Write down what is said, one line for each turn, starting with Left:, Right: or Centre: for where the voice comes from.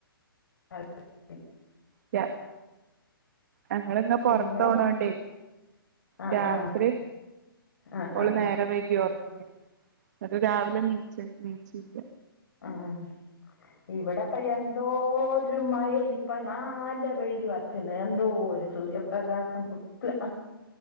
Left: അ <unintelligible>
Right: യ ഞങ്ങളിങ്ങ പൊറത്തോണണ്ടേ
Left: പിന്നെ ആ
Right: രാത്രി
Left: ആ ആ
Right: ഓള്
Left: ആ ആ
Right: നേരം വൈകി ഒറങ്ങി. ന്നിട്ട് രാവിലെ നീച്ച് നീച്ചിയില്ല
Left: ആഹ് ഇവിടപ്പ എന്തോരുമയേയ്ന് ഇനിപ്പ നാല്ല വെയ്ലുആയി എന്തോരു സൂര്യപ്രകാശം കുത്തു